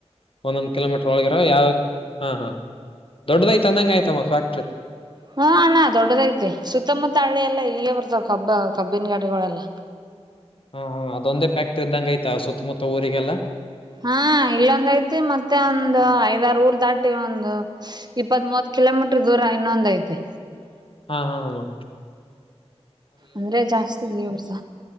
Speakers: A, on the left; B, on the right.
A: ಒಂದೊಂದ್ ಕಿಲೋಮೀಟ್ರ ಒಳಗಿರಾವ ಯಾವ ಹಾ ಹಾ ದೊಡ್ಡದಐತ ಅಂದಂಗ ಆಯ್ತಮ್ಮ ಫ್ಯಾಕ್ಟ್ರಿ
B: ಹ್ಮ ಅಣ್ಣ ದೊಡ್ಡದ ಐತಿ ಸುತ್ತಮುತ್ತ ಹಳ್ಳಿ ಎಲ್ಲಾ ಇಲ್ಲಿಗೆ ಕಬ್ಬ ಕಬ್ಬಿನ ಗಡೆಗಳೆಲ್ಲ
A: ಹಾ ಹಾ ಅದೊಂದೇ ಫ್ಯಾಕ್ಟ್ರಿ ಇದ್ದಂಗ ಆಯ್ತಾ ಸುತ್ತಮುತ್ತ ಊರಿಗೆಲ್ಲಾ
B: ಹಾ ಇಲ್ಲೊಂದ್ ಐತಿ ಮತ್ತೆ ಒಂದು್ ಐದಾರು ಊರ್ ದಾಟಿ ಒಂದು ಇಪ್ಪತ್ ಮೂತ್ ಕಿಲೋಮೀಟರ್ ದೂರ ಇನ್ನೊಂದ ಐತೆ
A: ಹಾ ಹಾ ಹ
B: ಅಂದ್ರೆ ಜಾಸ್ತಿ ಇಲ್ಲಿ ಬರ್ತ